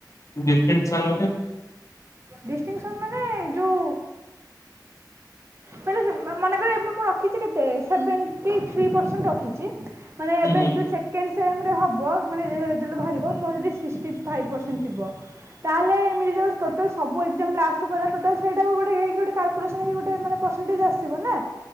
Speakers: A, on the left; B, on the right.
A: ଡିଷ୍ଟିଂସନ୍ ମାନେ?
B: ଡିଷ୍ଟିଂସନ୍ ମାନେ ଯୋଉ ମନେ ମନେକର ଏବେ ମୁଁ ରଖିଛି କେତେ ସେଭେନ ସେଭେଣ୍ଟି ଥ୍ରୀ ପରସେଣ୍ଟ ରଖିଛି ମାନେ
A: ହୁଁ
B: ଏବେ
A: ହୁଁ
B: ଯୋ ସେ ସେକେଣ୍ଡ ସେମେରେ ହବ ମାନେ ଯେତେବେଳେ ରେଜଲ୍ଟ ବାହାରିବ ମୋର ଯଦି ସିକ୍ସଟି ଫାଇଭ୍ ପରସେଣ୍ଟ ଥିବ। ତାହେଲେ ଏମିତିଯୋଉ ଟୋଟାଲ୍ ସବୁ ଏକ୍ଜାମ ଲାଷ୍ଟକୁ ହେଲା ଟୋଟାଲ୍ ସେଇଟା ଗୋଟେ ହେଇକି କାଲ କାଲକୁଲେସନ୍ ହେଇକି ଗୋଟେ ପରସେଣ୍ଟେଜ୍ ଆସିବ ନା।